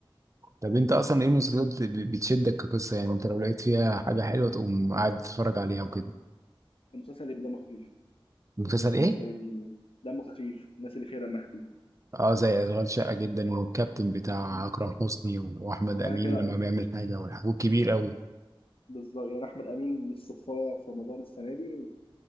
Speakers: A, on the right; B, on the left.
A: طب انت اصلا ايه المسلسلات اللي ب- بتشدك كقصه يعني انت لو لقيت فيها حاجه حلوه تقوم قاعد تتفرج عليها وكده
B: المسلسل يبقى دمه خفيف
A: مسلسل
B: دي بالنسبه
A: ايه
B: لي دي دمه خفيف الناس اللي فيها دمها
A: اه زي اشغال شقه جدا والكابتن
B: خفيف
A: بتاع اكرم حسني و- واحمد
B: يعني
A: امين
B: كده
A: لما بيعمل حاجه والحاجات كبير قوي
B: بالظبط يعني احمد امين الصفاره في رمضان السنه دي